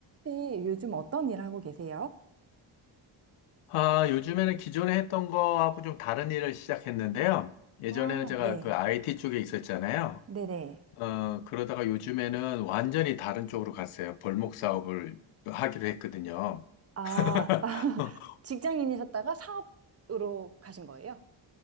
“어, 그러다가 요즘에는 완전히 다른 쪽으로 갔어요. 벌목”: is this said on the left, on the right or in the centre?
Left